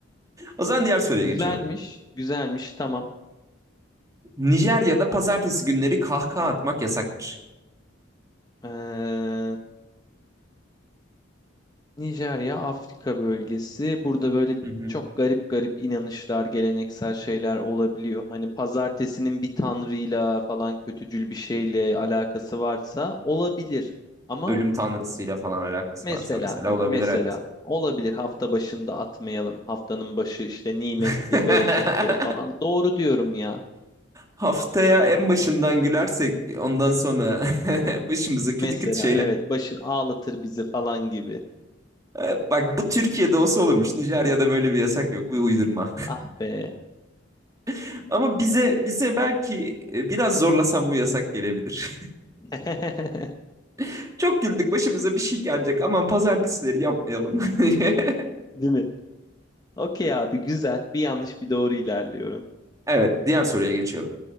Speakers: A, on the right (about 20°); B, on the left (about 20°).
A: O zaman diğer soruya
B: Güzelmiş,
A: geçiyorum.
B: güzelmiş. Tamam.
A: Nijerya'da pazartesi günleri kahkaha atmak yasaktır.
B: Ee, Nijerya, Afrika bölgesi. Burada böyle
A: Hı hı.
B: çok garip garip inanışlar, geleneksel şeyler olabiliyor. Hani pazartesinin bir tanrıyla falan kötücül bir şeyle alakası varsa olabilir. Ama
A: ölüm tanrısıyla falan alakası
B: mesela
A: varsa mesela
B: hani
A: olabilir
B: mesela
A: evet.
B: olabilir hafta başında atmayalım. Haftanın başı işte nimettir,
A: <laughs>
B: berekettir falan. Doğru diyorum ya.
A: Haftaya en başından gülersek ondan sonra <laughs> başımıza kötü
B: Mesela
A: kötü şeyler.
B: evet başı ağlatır bizi falan gibi.
A: Ee, Bak bu Türkiye'de olsa olurmuş. Nijerya'da böyle bir yasak yok. Bu uydurma.
B: Ah be.
A: <laughs> Ama bize bize belki e, biraz zorlasam bu yasak gelebilir.
B: <laughs>
A: <laughs> Çok güldük. Başımıza bir şey gelecek. Aman pazartesileri yapmayalım. <laughs>
B: Değil mi? Okey abi güzel. Bir yanlış bir doğru ilerliyorum.
A: Evet, diğer soruya geçiyorum.